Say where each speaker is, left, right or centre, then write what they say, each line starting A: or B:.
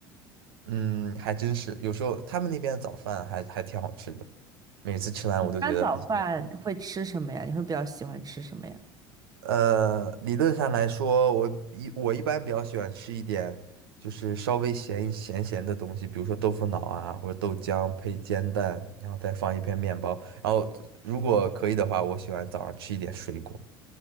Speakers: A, on the right (about 75°); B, on the right (about 30°).
A: 嗯，还真是，有时候他们那边的早饭还还挺好吃的，每次吃完我都觉得很幸福。
B: 一般早饭会吃什么呀？你会比较喜欢吃什么呀？
A: 呃，理论上来说，我一我一般比较喜欢吃一点，就是稍微咸一咸咸的东西，比如说豆腐脑啊，或者豆浆配煎蛋，然后再放一片面包。然后如果可以的话，我喜欢早上吃一点水果，